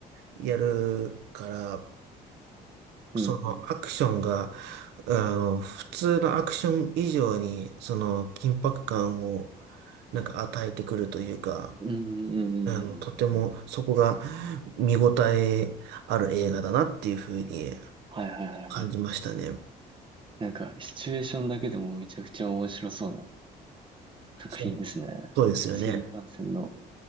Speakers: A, on the right; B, on the right.
A: やるから、
B: うん、
A: そのアクションが、
B: うん。
A: あの、普通のアクション以上に、その緊迫感をなんか与えてくるというか、
B: うん、うん、うん、うん、
A: あの、
B: うん。
A: とてもそこが
B: うんうん
A: 見応えある映画だなっていうふうに
B: はい、はい、はいはい。
A: 感じましたね。
B: なんか、シチュエーションだけでもめちゃくちゃ面白そうな作品ですね。
A: そう、そうですよね。
B: 新幹線の